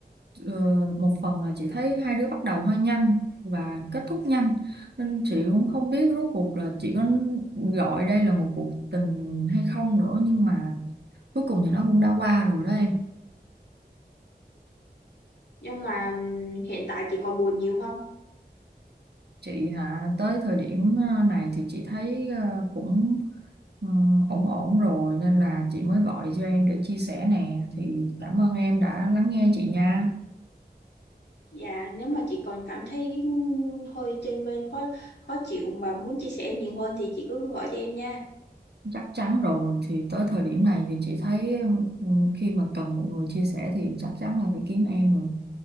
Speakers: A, on the right (about 75°); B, on the left (about 85°).
A: Ờ, một phần là chị thấy hai đứa bắt đầu hơi nhanh và kết thúc nhanh nên chị cũng không biết rốt cuộc là chị có gọi đây là một cuộc tình hay không nữa nhưng mà cuối cùng thì nó cũng đã qua rồi đó em
B: nhưng mà ừm, hiện tại chị còn buồn nhiều không
A: chị hả tới thời điểm ờ, này thì chị thấy ờ, cũng ờ, ổn ổn rồi nên là chị mới gọi cho em để chia sẻ nè thì cảm ơn em đã lắng nghe chị nha
B: dạ nếu mà chị còn cảm thấy hơi chênh vênh khó khó chịu mà muốn chia sẻ nhiều hơn thì chị cứ gọi cho em nha
A: chắc chắn rồi thì tới thời điểm này thì chị thấy ừ, khi mà cần một người chia sẻ thì chắc chắn là phải kiếm em rồi